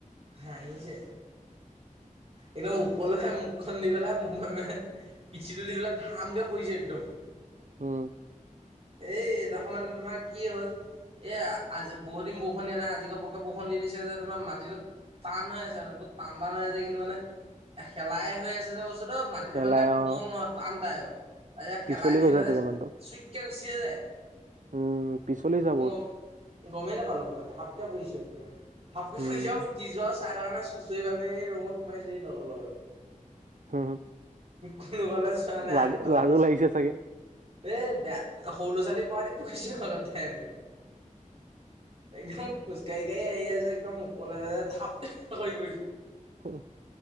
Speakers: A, on the right; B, on the right.
A: হাঁহিছে। একদম ওপৰলে মুখখন দি পেলাই। পিঠিতে দি পেলায় ধামকে পৰিছে একদম।
B: উম।
A: এই এদশমান তোমাৰ কি হ'ল! এ আজি বহুত দিন বৰষুণ দিয়া নাই আজি ঘপকে বৰষুণ দি দিছে যে তোমাৰ মাটিটোত। টান হৈ আছে মানে বহুত টান টান হৈ আছে কিন্তু মানে খেলাই হৈ আছে যে বস্তু। মাটিটো
B: এলাই
A: মানে কোমল
B: অ
A: নহয় টান টাই আৰু এয়া খেলা
B: পিছলি
A: নি
B: গৈছা
A: নলে
B: চাগে মানুহটো
A: চুইকে গুচিছে যে।
B: উম পিছলিছা
A: মই
B: বহুত
A: গম গমেই নোপালো। পইটা পইচা একদম হাপটা
B: উম
A: পইচা উঠ। চাহ তানে চুচৰি ভে এই ৰুমত সোমাইছো লগৰ লগত।
B: হম
A: কোনো গলেজ হয় নাই
B: লাজ
A: আগ পালে
B: লাজো
A: পিছ।
B: লাগিছে চাগে
A: এই বে সৰু ল' ছোৱালী পোৱ দি পুহিছো আগত টাইমকে একদম খোজকাঢ়ি আহি আছো একদম ওপলে থাপ পৰিছো
B: হম